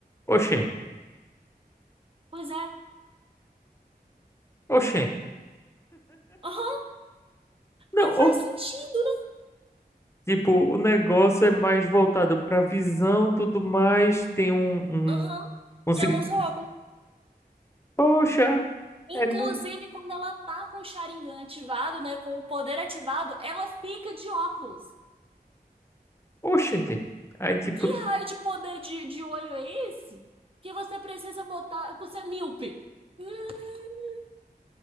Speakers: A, on the left; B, on the right.
A: Oxê,
B: Pois é.
A: oxê.
B: Aham.
A: Não,
B: Não faz
A: ó,
B: sentido,
A: tipo, o negócio é mais voltado pra visão, tudo mais. Tem um, um,
B: não. Aham.
A: um seguinte.
B: E ela usa óculos.
A: Poxa,
B: Inclusive,
A: é. me-
B: quando ela tá com o Sharingan ativado, né? Com o poder ativado, ela fica de óculos.
A: Oxente. Aí, tipo,
B: Que raio de poder de, de olho é esse? Que você precisa botar. Você é míope. Hum, <laughs>